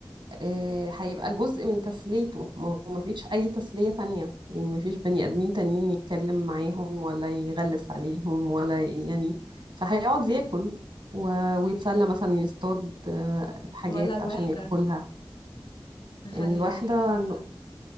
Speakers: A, on the right; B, on the left.
A: آه، هيبقى جزء من تسليته ما هو مفيش أي تسلية تانية يعني مفيش بني آدمين تانيين يتكلم معاهم ولا يغلس عليهم ولا ي- يعني فهيقعد ياكل و- ويتسلى مثلا يصطاد آه، حاجات
B: ولا الوحدة
A: عشان ياكلها
B: تخلي
A: يعني الواحدة
B: الواحد لأ
A: ن-